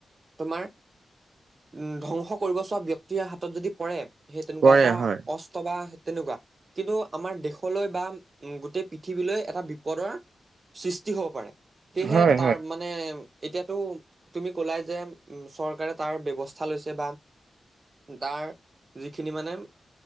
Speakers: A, on the right (about 35°); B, on the right (about 70°).
A: তোমাৰ উম ধ্বংস কৰিব চোৱা ব্যক্তিৰে হাতত যদি পৰে সেই তেনেকুৱা
B: পৰে
A: এটা
B: হয়
A: অস্ত্ৰ বা তেনেকুৱা। কিন্তু আমাৰ দেশলৈ বা উম গোটেই পৃথিৱীলৈ এটা বিপদৰ সৃষ্টি হ'ব পাৰে সেয়েহে
B: হয়
A: তাৰ মানে এতিয়াতো তুমি কলাই যে উম চৰকাৰে তাৰ ব্যৱস্থা লৈছে বা তাৰ যিখিনি মানে